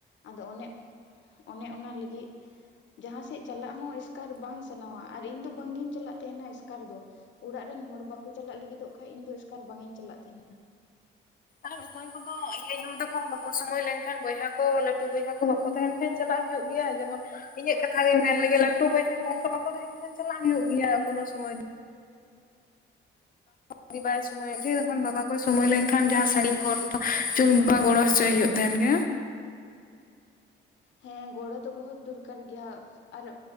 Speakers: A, on the left; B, on the left.
A: ᱟᱫᱚ ᱚᱱᱮ ᱚᱱᱮ ᱚᱱᱟ ᱞᱟᱹᱜᱤᱫ ᱡᱟᱦᱟᱸ ᱥᱮᱫ ᱪᱟᱞᱟᱜ ᱦᱚᱸ ᱮᱥᱠᱟᱨ ᱵᱟᱝ ᱥᱟᱱᱟᱣᱟ ᱟᱨ ᱤᱧ ᱫᱚ ᱵᱟᱝᱜᱤᱧ ᱪᱟᱞᱟᱜ ᱛᱟᱦᱮᱱᱟ ᱮᱥᱠᱟᱨ ᱫᱚ ᱚᱲᱟᱜ ᱨᱮᱱ ᱦᱚᱲ ᱵᱟᱠᱚ ᱪᱟᱞᱟᱜ ᱞᱟᱹᱜᱤᱫᱚᱜ ᱠᱷᱟᱱ ᱤᱧ ᱫᱚ ᱮᱥᱠᱟᱨ ᱵᱟᱝ ᱤᱧ ᱪᱟᱞᱟᱜ ᱛᱟᱦᱮᱱᱟ
B: ᱟᱨ ᱚᱠᱚᱭ ᱠᱚᱫᱚ ᱤᱧ ᱟᱭᱟᱹ ᱛᱟᱠᱚ ᱵᱟᱠᱚ ᱥᱚᱢᱚᱭ ᱞᱮᱱᱠᱷᱟᱱ ᱵᱚᱭᱦᱟ ᱠᱚ ᱞᱟᱹᱴᱩ ᱵᱚᱭᱦᱟ ᱠᱚ ᱵᱟᱠ ᱵᱟᱠᱚ ᱛᱟᱦᱮᱱ ᱠᱷᱟᱱ ᱪᱟᱞᱟᱜ ᱦᱩᱭᱩᱜ ᱜᱮᱭᱟ ᱡᱮᱢᱚᱱ ᱤᱧᱟᱹᱜ ᱠᱟᱛᱷᱟ ᱜᱮᱮ ᱢᱮᱱ ᱞᱮᱜᱮ ᱞᱟᱹᱴᱩ ᱤᱧᱟᱜ ᱠᱟᱛᱷᱟ ᱜᱮ ᱢᱮᱱᱞᱮᱜᱟᱞᱮ ᱞᱟᱴᱩ ᱵᱚᱭᱦᱟ ᱠᱚ ᱚᱱᱠᱟ ᱵᱟᱠᱚ ᱛᱟᱦᱮᱱ ᱠᱷᱟᱱ ᱪᱟᱞᱟᱜ ᱦᱩᱭᱩᱜ ᱜᱮᱭᱟ ᱠᱚᱱᱳ ᱥᱚᱢᱚᱭ ᱫᱚ ᱡᱩᱫᱤ ᱵᱟᱭ ᱥᱚᱢᱚᱭᱚᱜ ᱜᱮ ᱵᱟᱵᱟ ᱠᱚᱭ ᱥᱚᱢᱢᱚᱭ ᱞᱮᱱᱠᱷᱟᱱ ᱡᱟᱦᱟᱸ ᱥᱟᱺᱜᱤᱧ ᱦᱚᱨ ᱦᱚᱛᱚ ᱪᱩᱱᱩ ᱵᱟᱵᱟ ᱜᱚᱲᱚ ᱦᱚᱪᱚᱭ ᱦᱩᱭᱩᱜ ᱛᱟᱦᱮᱱ ᱜᱮᱭᱟ
A: ᱦᱮᱸ ᱜᱚᱲᱚ ᱫᱚ ᱵᱚᱦᱩᱛ ᱫᱚᱨᱠᱟᱨ ᱜᱮᱭᱟ ᱟᱨ